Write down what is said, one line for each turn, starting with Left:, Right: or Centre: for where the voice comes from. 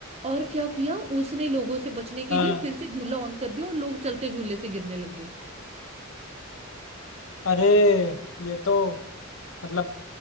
Right: और क्या किया उसने लोगों से बचने के
Left: हाँ
Right: लिए फिर से झूला ऑन कर दिया और लोग चलते झूले से गिरने लग गए
Left: अरे ये तो मतलब